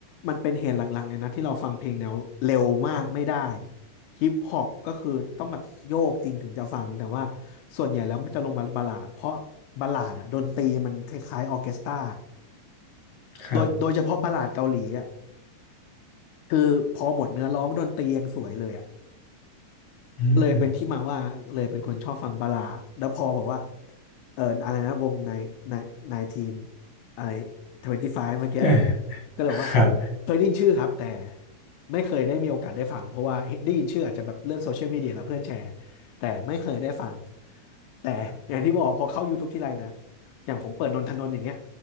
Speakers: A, on the left; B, on the left.
A: มันเป็นเหตุหลักๆเลยนะที่เราฟังเพลงแนวเร็วมากไม่ได้ฮิปฮอปก็คือต้องแบบโยกจริงถึงจะฟังแต่ว่าส่วนใหญ่แล้วมันจะลงมาบัลลาดเพราะบัลลาดอ่ะดนตรีมันคล้ายๆออร์เคสตรา
B: ครับ
A: โดยโดยเฉพาะบัลลาดเกาหลีอ่ะคือพอหมดเนื้อร้องดนตรียังสวยเลยอ่ะ
B: อืม
A: เลยเป็นที่มาว่าเลยเป็นคนชอบฟังบัลลาดแล้วพอบอกว่าเอออะไรนะวงในในไนทีนอะไรทเวนตี้ไฟเมื่อกี้
B: เออ
A: ก็เลยบอกว่า
B: ครับ
A: เคยได้ยินชื่อครับแต่ไม่เคยได้มีโอกาสได้ฟังเพราะว่าได้ยินชื่ออาจจะแบบเลื่อนโซเชียลมีเดียแล้วเพื่อนแชร์แต่ไม่เคยได้ฟังแต่อย่างที่บอกพอเข้า YouTube ที่ไรนะอย่างผมเปิดนนทนนท์อย่างเงี้ย